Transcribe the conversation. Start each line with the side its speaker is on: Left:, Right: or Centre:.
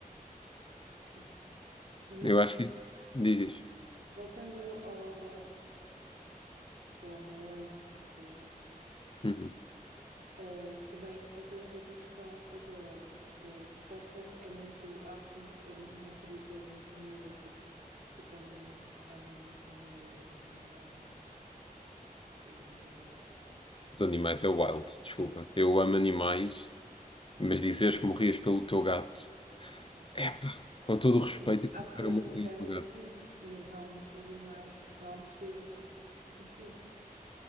Right: Sim. Imagina,
Left: Eu acho que diz isto.
Right: voltando ao, tipo, ao amor e não sei quê.
Left: Uhum.
Right: Uh, também outra, outra, respon- outra, outra resposta é muito ah, sim, eu morreria pela minha família porque tipo, a minha, mi- amo a minha família, os meus animais e, e os meus irmãos.
Left: Os animais é wild, desculpa. Eu amo animais, mas dizeres que morrias pelo teu gato,
Right: Yeah.
Left: é pá, com todo
Right: Sim,
Left: o respeito
Right: imagina,
Left: eu
Right: há pessoas
Left: quero morrer
Right: que não querem
Left: pelo
Right: ter
Left: meu
Right: filhos
Left: gato.
Right: e então os animais acabam por ser um filho,